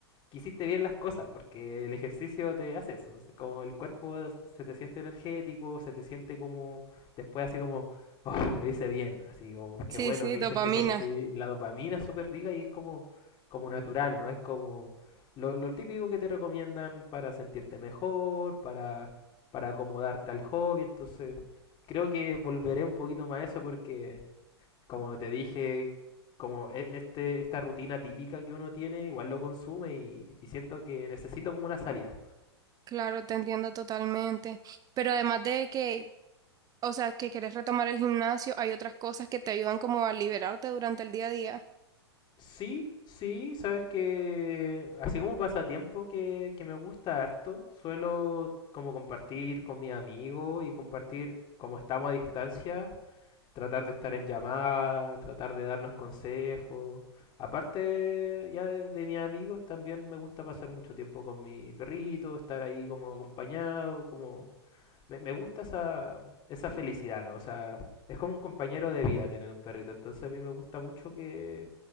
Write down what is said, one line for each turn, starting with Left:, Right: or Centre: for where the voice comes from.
Left: que hiciste bien las cosas, porque el ejercicio te hace eso, es como el cuerpo es- se te siente energético, se te siente como después así como, oh, lo hice bien, así como, qué
Right: Sí,
Left: bueno
Right: sí,
Left: que
Right: dopamina.
Left: hice este ejercicio, la dopamina es súper rica y es como, como natural, ¿no? Es como lo, lo típico que te recomiendan para sentirte mejor, para, para acomodarte al hobby, entonces creo que volveré un poquito más a eso porque... Como te dije, como e- este, esta rutina típica que uno tiene, igual lo consume y, y siento que necesito como una salida.
Right: Claro, te entiendo totalmente. Pero además de que, o sea, que quieres retomar el gimnasio, hay otras cosas que te ayudan como a liberarte durante el día a día.
Left: Sí, sí, sabes que así como pasatiempo que, que me gusta harto, suelo como compartir con mi amigo y compartir como estamos a distancia, tratar de estar en llamada, tratar de darnos consejos. Aparte ya de, de mis amigos, también me gusta pasar mucho tiempo con mi perrito, estar ahí como acompañado, como me, me gusta esa, esa felicidad, ¿no? O sea, es como un compañero de vida tener un perrito. Entonces a mí me gusta mucho que,